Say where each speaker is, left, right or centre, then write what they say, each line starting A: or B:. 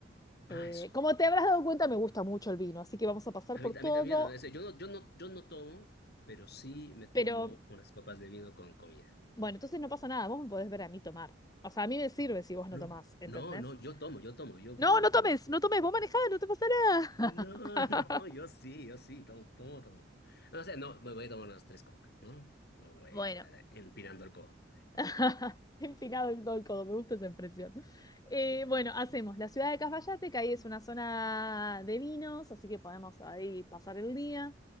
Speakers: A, on the left; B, on the left.
A: Ah,
B: Eh,
A: eso.
B: como te habrás dado cuenta, me gusta mucho el vino, así que vamos a pasar
A: A
B: por
A: mí,
B: todo,
A: a mí también, ¿no? Es yo no, yo no, yo no tomo, pero sí me tomo
B: pero
A: unas copas de vino con comida.
B: bueno, entonces no pasa nada, vos me podés ver a mí tomar. O sea, a mí me sirve si vos
A: No.
B: no tomás, ¿entendés?
A: No, no, yo tomo, yo tomo, yo vino
B: No, no
A: tomo.
B: tomes, no tomes, vos manejás, no te pasa
A: No,
B: nada.
A: <laughs> no, yo
B: <laughs>
A: sí, yo sí, tomo, tomo, tomo. No sé, no, me voy a tomar unas tres copas, ¿no? No voy
B: Bueno,
A: a estar empinando el codo.
B: <laughs> Empinado en todo el codo, me gusta esa expresión. Eh, bueno, hacemos la ciudad de Cafayate, que ahí es una zona de vinos, así que podemos ahí pasar el día,